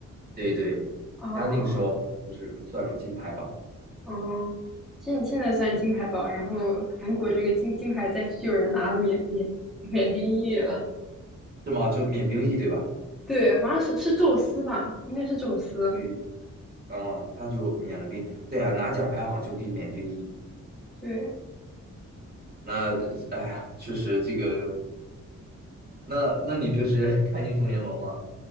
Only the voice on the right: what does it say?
对对，
他那个时候就是不算入金牌榜，
是吗？就免兵役对吧？
对，嗯，他就免了兵。对啊，拿奖牌好像就可以免兵役。
那哎，确实这个，那那你平时 <laughs> 看英雄联盟吗？